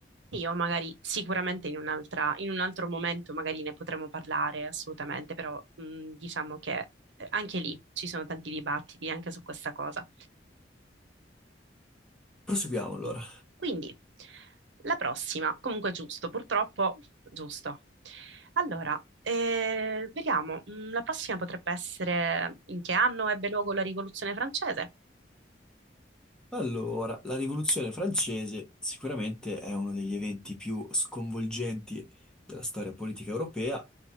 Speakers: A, on the right; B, in the centre.
A: sì, o magari sicuramente in un'altra, in un altro momento magari ne potremo parlare assolutamente, però mh, diciamo che eh, anche lì ci sono tanti dibattiti anche su questa cosa.
B: Proseguiamo allora.
A: Quindi, la prossima, comunque giusto, purtroppo giusto. Allora, eh, vediamo, mh, la prossima potrebbe essere in che anno ebbe luogo la Rivoluzione francese?
B: Allora, la Rivoluzione francese sicuramente è uno degli eventi più sconvolgenti della storia politica europea.